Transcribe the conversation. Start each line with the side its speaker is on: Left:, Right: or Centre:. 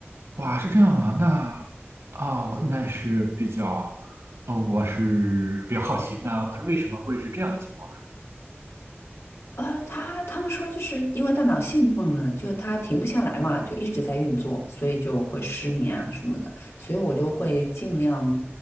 Right: 哇，是这样吗？那哦，那是比较，哦，我是比较好奇，那为什么会是这样的情况
Left: 呃，他他们说就是因为大脑兴奋了，就它停不下来嘛，就一直在运作，所以就会失眠啊什么的。所以我就会尽量